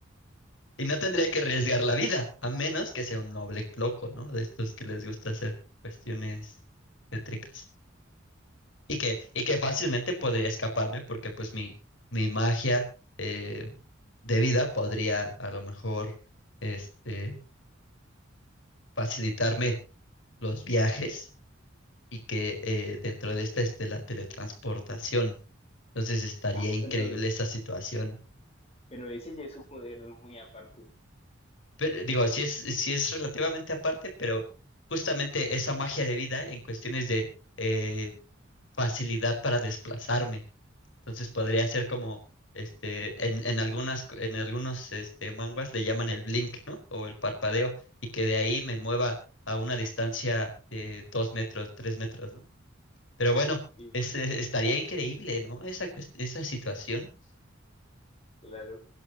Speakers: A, on the left; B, on the left.
A: Y no tendría que arriesgar la vida, a menos que sea un noble loco, ¿no? De estos que les gusta hacer cuestiones métricas. Y que, y que fácilmente podría escaparme porque pues mi, mi magia eh, de vida podría a lo mejor este, facilitarme los viajes y que eh, dentro de esta esté la teletransportación. Entonces estaría
B: Ah,
A: increíble
B: pero,
A: esa situación.
B: pero ese ya es un poder muy aparte.
A: Pero, eh, digo, si es, si es relativamente aparte, pero justamente esa magia de vida en cuestiones de eh, facilidad para desplazarme. Entonces podría ser como este, en, en algunas, co- en algunos este, manguas le llaman el blink, ¿no? O el parpadeo, y que de ahí me mueva a una distancia de dos metros, tres metros, ¿no? Pero bueno,
B: Sí,
A: es- eh, estaría increíble, ¿no? Esa, cues- esa situación.
B: claro.